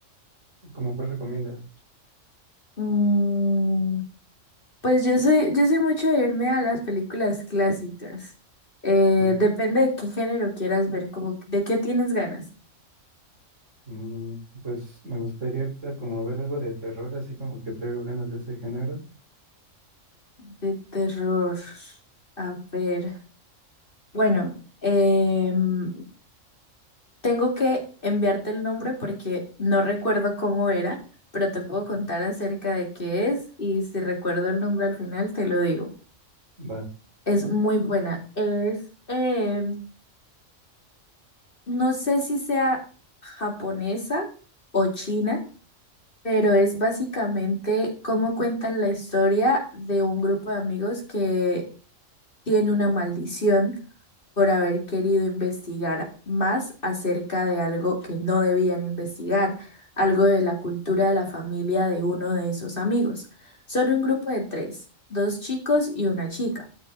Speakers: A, on the right; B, on the left.
A: ¿cómo cuál recomiendas?
B: Mm, pues yo soy, yo soy mucho de irme a las películas clásicas. Eh,
A: Sí.
B: depende de qué género quieras ver, como de qué tienes ganas.
A: Mm, pues me gustaría ahorita como ver algo de terror, así como que traigo ganas de ese género.
B: De terror. A ver. Bueno, em, Tengo que enviarte el nombre porque no recuerdo cómo era, pero te puedo
A: Ujú.
B: contar acerca de qué es y si recuerdo el nombre al final te lo digo.
A: Va,
B: Es muy buena. Es, eh, no sé si sea japonesa o china, pero es básicamente cómo cuentan la historia de un grupo de amigos que tiene una maldición por haber querido investigar más acerca de algo que no debían investigar, algo de la cultura de la familia de uno de esos amigos. Son un grupo de tres, dos chicos y una chica.